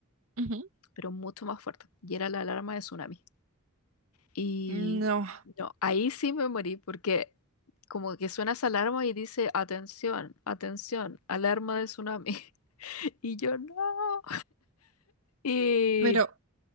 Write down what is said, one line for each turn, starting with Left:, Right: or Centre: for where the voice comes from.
Right: Ujú.
Left: pero mucho más fuerte. Y era la alarma de tsunami. Y
Right: No,
Left: no, ahí sí me morí porque como que suena esa alarma y dice, atención, atención, alarma de tsunami. <laughs> Y yo no. Y
Right: pero